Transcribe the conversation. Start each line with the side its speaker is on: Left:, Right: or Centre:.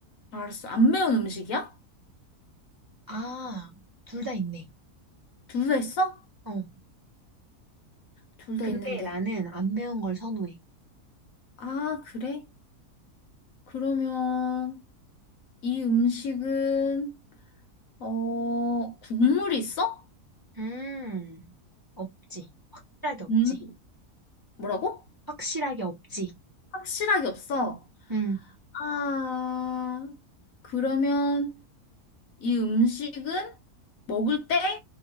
Left: 알았어. 안 매운 음식이야?
Right: 아, 둘 다 있네.
Left: 둘 다 있어?
Right: 어.
Left: 둘 다
Right: 근데
Left: 있는데.
Right: 나는 안 매운 걸 선호해.
Left: 아, 그래? 그러면 이 음식은 어, 국물이 있어?
Right: 음, 없지. 확실하게 없지.
Left: 국물 뭐라고?
Right: 확실하게 없지.
Left: 확실하게 없어.
Right: 응,
Left: 아, 그러면 이 음식은 먹을 때